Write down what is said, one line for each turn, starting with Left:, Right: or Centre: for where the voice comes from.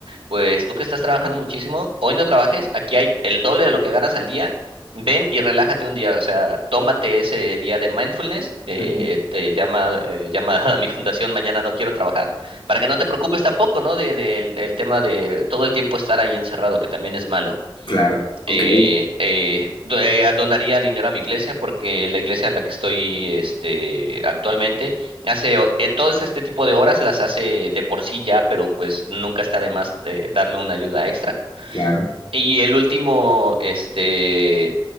Right: pues tú que estás trabajando muchísimo, hoy no trabajes, aquí hay el doble de lo que ganas al día, ven y relájate un día, o sea, tómate ese día de mindfulness, eh,
Left: Ujú.
Right: te llama, eh, llama <laughs> a mi fundación, mañana no quiero trabajar, para que no te preocupes tampoco, ¿no? De, del- el tema de todo el tiempo estar ahí encerrado, que también es malo.
Left: Claro. Ok,
Right: Eh, eh, do- eh, donaría dinero a mi iglesia porque la iglesia en la que estoy este, actualmente hace o- eh, todo este este tipo de obras las hace de por sí ya, pero pues nunca está de más de darle una ayuda extra.
Left: claro.
Right: Y el último, este,